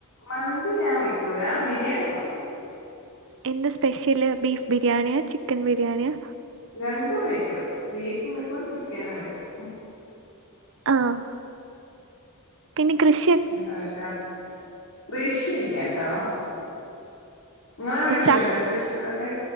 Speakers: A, on the left (about 80°); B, on the right (about 60°).
A: മന്തി ഞാൻ വയ്ക്കൂല ബിരിയാണിയ ഒക്കെ വെക്കും
B: എന്തസ്പെഷ്യല് ബീഫ് ബിരിയാണിയാ ചിക്കൻ ബിരിയാണിയാ
A: രണ്ടും വെക്കും ബീഫും വെക്കും ചിക്കനും വെക്കും
B: ആഹ് പിന്നെ കൃഷി
A: എന്താ വക്ക കൃഷില്ല ട്ടോ ങ്ങളെ വീട്ടില്ണ്ടാ
B: ച
A: കൃഷികളൊക്കെ